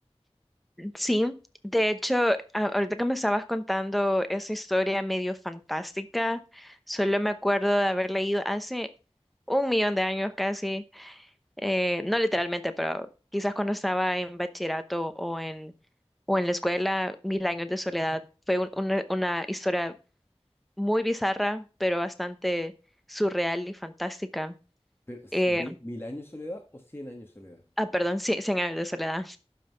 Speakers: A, in the centre; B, on the left.
A: Sí, de hecho, a- ahorita que me estabas contando esa historia medio fantástica, solo me acuerdo de haber leído hace un millón de años casi, eh, no literalmente, pero quizás cuando estaba en bachillerato o en, o en la escuela, Mil años de soledad. Fue un- una, una historia muy bizarra, pero bastante surreal y fantástica.
B: Pero, s-
A: Eh,
B: ¿mi- ¿Mil años de soledad o Cien años de soledad?
A: ah, perdón, sí, Cien años de soledad.